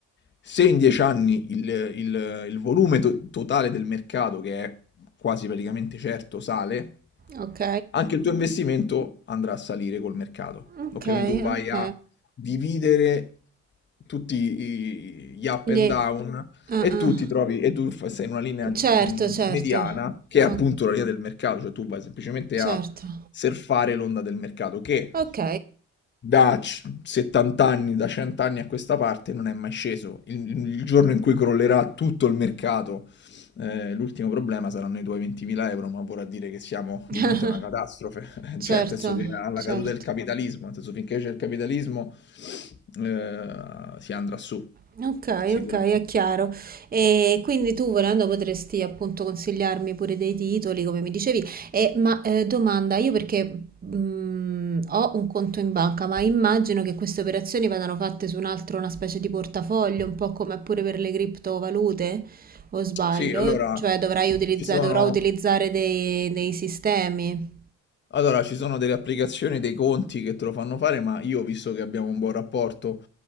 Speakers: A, on the left; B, on the right.
A: se in 10 anni il, il- il volume to- totale del mercato, che è quasi praticamente certo, sale,
B: Ok,
A: anche il tuo investimento andrà a salire col mercato.
B: ok,
A: Ok, quindi tu vai
B: ok.
A: a dividere tutti i- gli up and
B: Gli-
A: down e
B: ah,
A: tu
B: ah.
A: ti trovi, e tu fa- sei in una linea di-
B: Certo, certo.
A: mediana, che è
B: Oh,
A: appunto la linea del mercato, cioè tu vai semplicemente
B: certo.
A: a surfare l'onda del mercato, che
B: Ok.
A: da c- 70 anni, da 100 anni a questa parte non è mai sceso. Il, il giorno in cui crollerà tutto il mercato, eh, l'ultimo problema saranno i tuoi 20.000 euro, ma vorrà dire che siamo
B: <laughs>
A: di fronte a una catastrofe, <laughs>
B: Certo,
A: cioè nel senso che alla
B: certo.
A: caduta del capitalismo, nel senso finché c'è il capitalismo eh, si andrà su,
B: Ok,
A: sicuramente.
B: ok, è chiaro. E quindi tu volendo potresti appunto consigliarmi pure dei titoli, come mi dicevi. E, ma eh, domanda, io perché mh, ho un conto in banca, ma immagino che queste operazioni vadano fatte su un altro, una specie di portafoglio, un po' come pure per le criptovalute, o sbaglio?
A: Sì, allora
B: Cioè dovrai utilizzare,
A: ci sono,
B: dovrò utilizzare dei, dei sistemi.
A: allora, ci sono delle applicazioni, dei conti che te lo fanno fare, ma io, visto che abbiamo un buon rapporto